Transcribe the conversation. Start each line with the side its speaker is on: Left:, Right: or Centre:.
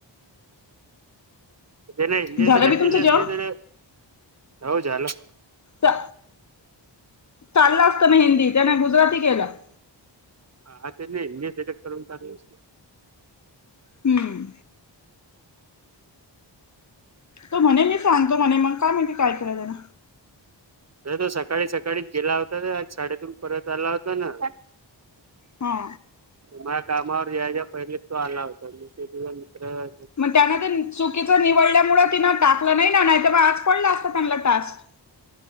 Right: <inaudible>
Left: झालं बी
Right: केले
Left: तुमचं जेवण?
Right: असते तर होऊ झालं
Left: च चाललं असत, ना हिंदी त्याने गुजराती केलं.
Right: हा त्यांनी <inaudible> करून पाठवा
Left: हम्म तो म्हणे मी सांगतो म्हणे मग का माहित काय कराय जायला
Right: अरे तो सकाळी सकाळी गेला होता ना आज शाळेतून परत आला होता ना
Left: हा
Right: माझ्या कामावर ज्या ज्या पहिलेच तो आला होता, म तेव मित्र
Left: मग त्यानं ते चुकीचं निवडल्यामुळे तिनं टाकलं नाही, ना नाहीतर मग आज पडलं असतं त्यांना टास्क